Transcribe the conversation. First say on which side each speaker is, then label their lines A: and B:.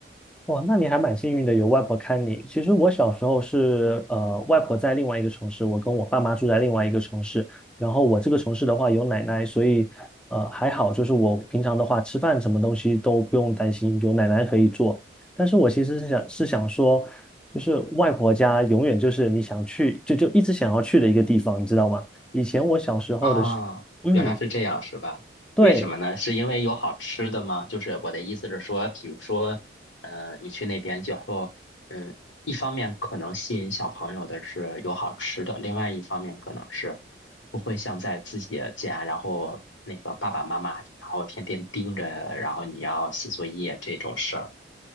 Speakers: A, in the centre; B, on the left.
A: 哇，那你还蛮幸运的，有外婆看你。其实我小时候是，呃，外婆在另外一个城市，我跟我爸妈住在另外一个城市。然后我这个城市的话有奶奶，所以，呃，还好，就是我平常的话吃饭什么东西都不用担心，有奶奶可以做。但是我其实是想是想说，就是外婆家永远就是你想去就就一直想要去的一个地方，你知道吗？以前我小时候的时，
B: 啊，
A: 嗯，
B: 原来是这样，是吧？
A: 对，
B: 为什么呢？是因为有好吃的吗？就是我的意思是说，比如说，呃，你去那边之后，嗯，一方面可能吸引小朋友的是有好吃的，另外一方面可能是不会像在自己的家，然后那个爸爸妈妈，然后天天盯着，然后你要写作业这种事儿。